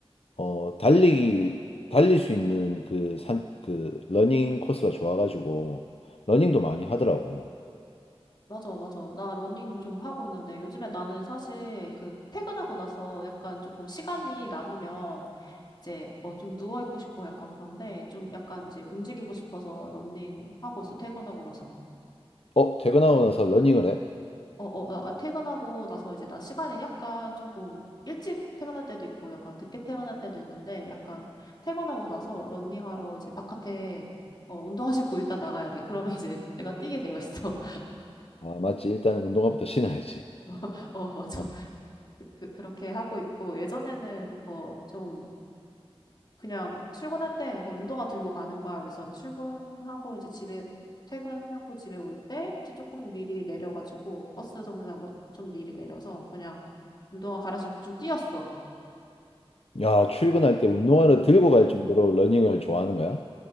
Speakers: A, on the left; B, on the left.
A: 어, 달리기 달릴 수 있는 그 산 그 러닝 코스가 좋아가지고 러닝도 많이 하더라고.
B: 맞아, 맞아. 나 러닝 좀 하고 있는데 요즘에 나는 사실 그 퇴근하고 나서 약간 조금 시간이 남으면 이제 어 좀 누워 있고 싶고 약간 그런데 좀 약간 이제 움직이고 싶어서 러닝 하고 있어. 퇴근하고 나서.
A: 어, 퇴근하고 나서 러닝을 해?
B: 어, 어, 어, 아, 퇴근하고 나서 이제 나 시간이 약간 조금 일찍 퇴근할 때도 있고 약간 늦게 퇴근할 때도 있는데 약간 퇴근하고 나서 런닝하러 이제 바깥에 어, 운동화 신고 일단 나가야 돼. 그러면 이제 <laughs> 내가 뛰게 되어 있어.
A: 아, 맞지. 일단 운동화부터 신어야지.
B: <laughs> 어, 맞아.
A: 어.
B: 그, 그, 렇게 하고 있고 예전에는 어, 좀 그냥 출근할 때 그냥 운동화 들고 가는 거야. 그래서 출근하고 이제 집에 퇴근하고 집에 올 때 이제 조금 미리 내려가지고 버스 정류장 뭐 좀 미리 내려서 그냥 운동화 갈아 신고 좀 뛰었어.
A: 야, 출근할 때 운동화를 들고 갈 정도로 러닝을 좋아하는 거야?